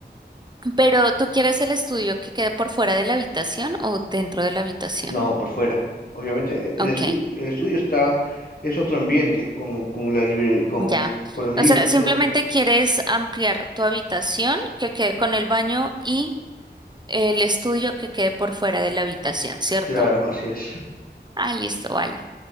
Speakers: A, on the right (about 25°); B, on the left (about 55°).
A: Pero ¿tú quieres el estudio que quede por fuera de la habitación o dentro de la habitación?
B: No, por fuera. Obviamente, e-
A: Ok,
B: el estudio, el estudio está, es otro ambiente con, con la libre- con,
A: ya.
B: con los libros
A: O sea, simplemente
B: y todo.
A: quieres ampliar tu habitación que quede con el baño y el estudio que quede por fuera de la habitación, ¿cierto?
B: Claro, así es.
A: Ah, listo, vale.